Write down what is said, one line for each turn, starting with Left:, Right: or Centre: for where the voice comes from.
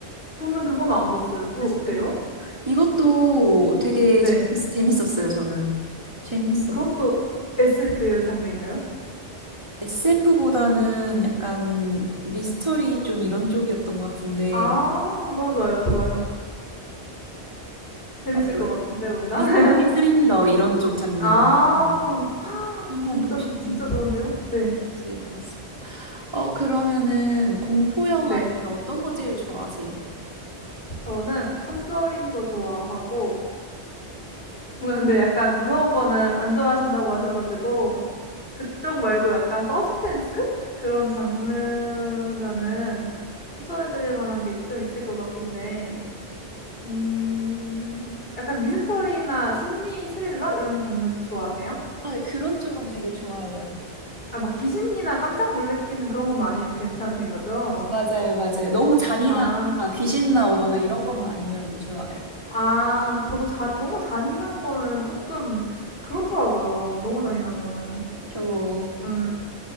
Left: 저는 그거는 안 봤어요. 그거
Right: 아시나요?
Left: 어때요?
Right: 이것도 되게
Left: 네.
Right: 재밌, 재밌었어요. 저는 재밌었.
Left: 그것도 SF의 장르인가요?
Right: SF보다는 약간 미스터리 좀 이런 쪽이었던 것 같은데
Left: 아 너무 좋아요. 좋아요. 재밌을
Right: 맞아요.
Left: 것 같은데 뭔가?
Right: 미스터리
Left: <laughs>
Right: 스릴러 이런 쪽 장르는
Left: 아.
Right: 네.
Left: <laughs>
Right: 한번
Left: 진짜
Right: 보시면
Left: 좋 진짜 좋은데요? 네.
Right: 있을 것 같습니다. 어 그러면은 공포 영화
Left: 네.
Right: 중에 어떤 거 제일 좋아하세요?
Left: 저는 컨저링도 좋아하고 뭔가 근데 약간 무서운 거는 안 좋아하신다고 하셔 가지고 그쪽 말고 약간 서스펜스 그런 장르면은 추천해 드릴 만한 게 좀 있을 것 같은데 음 약간 미스터리나 심리 스릴러 이런 장르도 좋아하세요?
Right: 아, 네, 그런 쪽은 되게 좋아해요.
Left: 아 막 귀신이나 깜짝 놀래키는 그런 것만 아니면 괜찮으신 거죠?
Right: 맞아요, 맞아요. 너무 잔인하거나
Left: 아.
Right: 귀신 나오거나 이런 것만 아니면 좋아요.
Left: 아 저도 자 너무 잔인한 거는 조금 그렇더라고요, 너무 잔인한 거는.
Right: 저,
Left: 네.